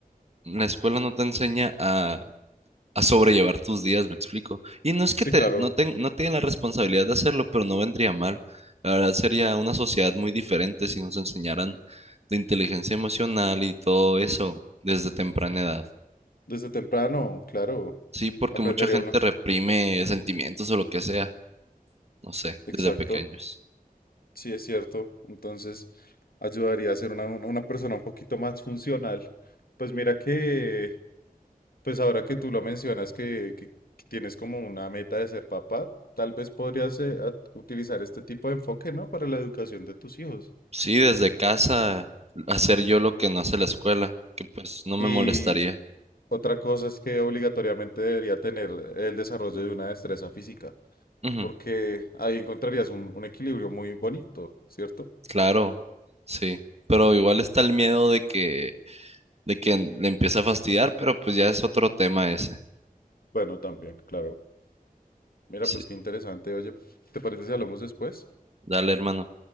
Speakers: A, on the right (about 45°); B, on the left (about 75°).
A: la escuela no te enseña a, a sobrellevar tus días, me explico. Y no es que
B: Sí,
A: te,
B: claro.
A: no, ten- no tienen la responsabilidad de hacerlo, pero no vendría mal. La verdad sería una sociedad muy diferente si nos enseñaran de inteligencia emocional y todo eso desde temprana edad.
B: Desde temprano, claro,
A: Sí, porque
B: aprendería
A: mucha gente
B: uno.
A: reprime sentimientos o lo que sea, no sé,
B: Exacto,
A: desde pequeños.
B: sí es cierto. Entonces, ayudaría a ser una, una- una persona un poquito más funcional. Pues mira que, pues ahora que tú lo mencionas, que, que- que tienes como una meta de ser papá, tal vez podrías eh, a- utilizar este tipo de enfoque, ¿no? Para la educación de tus hijos.
A: Sí, desde casa, hacer yo lo que no hace la escuela, que pues no
B: Y
A: me molestaría.
B: otra cosa es que obligatoriamente debería tener el desarrollo de una destreza física,
A: Ujú,
B: porque ahí encontrarías un un equilibrio muy bonito, ¿cierto?
A: claro, sí. Pero igual está el miedo de que, de que le empiece a fastidiar, pero pues ya es otro tema ese.
B: Bueno, también, claro. Mira,
A: Sí,
B: pues qué interesante. Oye, ¿te parece si hablamos después?
A: dale, hermano.